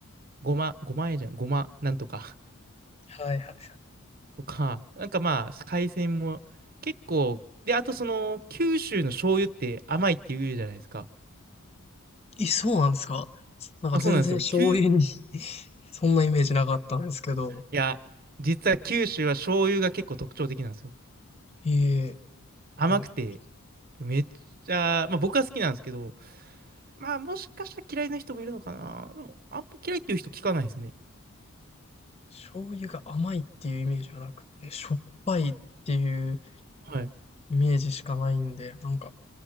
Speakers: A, on the right; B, on the left.
A: ごま、ごまえじゃん、ごま、なんとか。
B: はいはいはい。
A: とか、なんかまあ、海鮮も結構、で、あとその、九州の醤油って甘いって言うじゃないですか。
B: え、そうなんですか？なんか全然醤油に
A: あ、そうなんですよ。九、い
B: <laughs> そんなイメージなかったんですけど。
A: や、実は九州は醤油が結構特徴的なんですよ。
B: いえいえ。
A: 甘くて、
B: はい。
A: めっちゃ、まあ僕は好きなんですけど、まあもしかしたら嫌いな人もいるのかな。でも、あんま嫌いっていう人聞かないですね。
B: 醤油が甘いっていうイメージはなくて、しょっぱいっていう
A: はい。
B: イメージしかないんで、なんか、